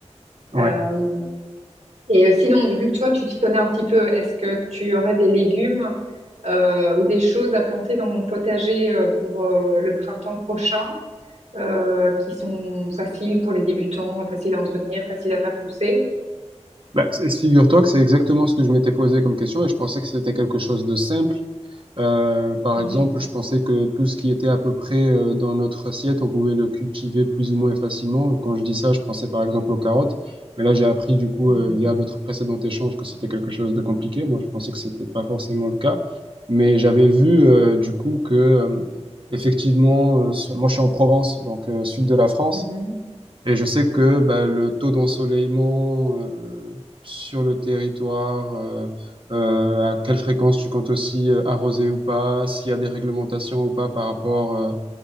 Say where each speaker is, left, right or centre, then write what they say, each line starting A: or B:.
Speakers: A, on the right (about 50°); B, on the right (about 80°).
A: Ouais.
B: Euh, et euh, sinon, vu que toi, tu t'y connais un petit peu, est-ce que tu aurais des légumes euh, ou des choses à planter dans mon potager euh, pour euh, le printemps prochain? euh, qui sont faciles pour les débutants, faciles à entretenir, faciles à faire pousser.
A: Bah, c- figure-toi que c'est exactement ce que je m'étais posé comme question et je pensais que c'était quelque chose de simple. Euh, par
B: Mhm,
A: exemple, je pensais que tout ce qui était à peu près euh, dans notre assiette, on pouvait le cultiver plus ou moins facilement. Et quand je dis ça, je pensais par exemple aux carottes. Mais là, j'ai appris du coup
B: mhm,
A: euh, via notre précédent échange que c'était quelque chose de compliqué. Moi, je pensais que c'était pas forcément le cas. Mais j'avais vu euh, du coup que euh, effectivement, euh, sur- moi je suis en Provence, donc euh, sud de la France.
B: mhm,
A: Et je sais que bah, le taux d'ensoleillement euh, sur le territoire, euh, euh, à quelle fréquence tu comptes aussi euh, arroser ou pas, s'il y a des réglementations ou pas par rapport euh,